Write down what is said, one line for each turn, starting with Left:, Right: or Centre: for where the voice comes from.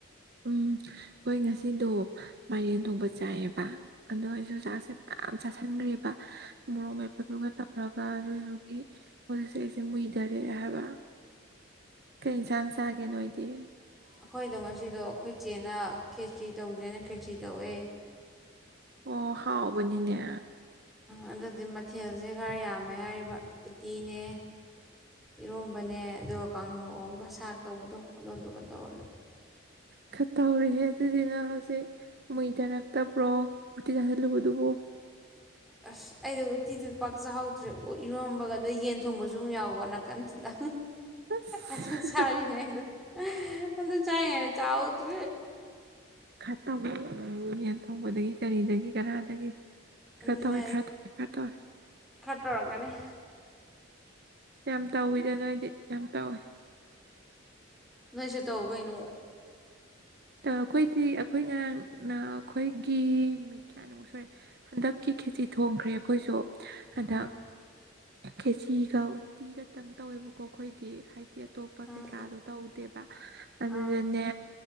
Right: ꯎꯝ ꯍꯣꯏ ꯉꯁꯤꯗꯣ ꯃꯥꯏꯔꯦꯟ ꯊꯣꯡꯕ ꯆꯥꯏꯑꯕ ꯑꯗꯣ ꯑꯩꯁꯨ ꯆꯥꯛꯁꯦ ꯌꯥꯝ ꯆꯥꯥꯁꯟꯈ꯭ꯦꯔꯤꯕ ꯃꯣꯔꯣꯛ ꯃꯩꯄꯨꯗꯨꯒ ꯅꯔꯒ ꯑꯗꯨꯗꯨꯒꯤ ꯃꯁꯦ ꯑꯩꯁꯦ ꯃꯨꯏꯗꯔꯦ ꯍꯥꯏꯕ ꯀꯩ ꯌꯦꯟꯁꯥꯡ ꯆꯥꯒꯦ ꯅꯣꯣꯏꯗꯤ
Centre: ꯑꯩꯈꯣꯏꯗꯣ ꯉꯁꯤꯗꯣ ꯑꯩꯈꯣꯏ ꯏꯆꯦꯅ ꯈꯦꯇ꯭ꯔꯤ ꯇꯧꯖ꯭ꯔꯦꯅ ꯈꯦꯇ꯭ꯔꯤ ꯇꯧꯋꯦ
Right: ꯑꯣ ꯍꯥꯎꯕꯅꯤꯅꯦ
Centre: ꯑꯗꯨꯗꯤ ꯃꯊꯦꯜꯁꯦ ꯈꯔ ꯌꯥꯝꯃꯦ ꯍꯥꯏꯔꯤꯕ ꯎꯇꯤꯅꯦ ꯏꯔꯣꯝꯕꯅꯦ ꯑꯗꯨꯒ ꯀꯥꯡꯍꯧꯝꯒ ꯁꯥꯛ ꯇꯧꯕꯗꯣ ꯑꯗꯨꯗꯨ ꯇꯧꯔꯦ
Right: ꯈ ꯇꯧꯔꯤꯍꯦ ꯑꯗꯨꯗꯨꯅ ꯍꯧꯖꯤꯛ ꯃꯏ ꯇꯔꯛꯇꯕ꯭ꯔꯣ ꯎꯇꯤ ꯇꯥꯁꯤꯜꯂꯨꯕꯗꯨꯕꯨꯣ <unintelligible>
Centre: ꯑꯁ ꯑꯩꯗꯣ ꯎꯠꯇꯤꯗꯨ ꯄꯥꯛꯆꯍꯧꯗ꯭ꯔꯦ ꯏꯔꯣꯝꯕꯒ ꯑꯗꯨꯗ ꯌꯦꯟ ꯊꯣꯡꯕꯁꯨ ꯑꯗꯨꯝ ꯌꯥꯎꯕ ꯅꯥꯀꯟꯗꯨꯗꯪ
Right: ꯑꯁ
Centre: ꯑꯗꯨ ꯁꯥꯔꯤꯉꯩꯗ ꯑꯗ ꯆꯥꯏꯌꯦ ꯉꯔ ꯆꯥꯎꯗꯨ
Right: ꯈꯠꯇ ꯌꯦꯟ ꯊꯣꯡꯕꯗꯒꯤ ꯀꯔꯤꯗꯒꯤ ꯀꯔꯥꯗꯒꯤ ꯈꯔꯗ
Centre: ꯑꯗꯨꯅ
Right: ꯑꯣꯏ ꯈꯔꯗ ꯈꯔꯗ ꯑꯣꯏ
Centre: ꯇꯔꯝꯒꯅꯤ
Right: ꯌꯥꯝ ꯇꯥꯎꯋꯤꯗ ꯅꯣꯏꯗꯤ ꯌꯥꯝ ꯇꯥꯎꯏꯦ
Centre: ꯅꯣꯏꯁꯤ ꯇꯧ ꯀꯩꯅꯣ
Right: ꯇ ꯑꯩꯈꯣꯏꯗꯤ ꯑꯩꯈꯣꯏ ꯉꯔꯥꯡ ꯑꯩꯈꯣꯏꯒꯤ ꯅꯨꯃꯤꯠ ꯀꯌꯥꯅꯤꯃꯨꯛ ꯁꯔꯦ ꯍꯟꯗꯛꯀꯤ ꯈꯦꯇꯤ ꯊꯣꯡꯈ꯭ꯔꯦ ꯑꯩꯈꯣꯏꯁꯨ ꯑꯗ
Centre: ꯎꯝ
Right: ꯀꯦꯆꯒ ꯎꯠꯇꯤꯒꯇꯪ ꯇꯧꯋꯦꯕꯀꯣ ꯑꯩꯈꯣꯏꯗꯤ ꯍꯥꯏꯗꯤ ꯑꯇꯣꯞꯄ
Centre: ꯎꯝ
Right: ꯀꯩꯀꯥꯗꯣ ꯇꯧꯗꯦꯕ ꯑꯗꯨꯗꯅꯦ
Centre: ꯑꯥ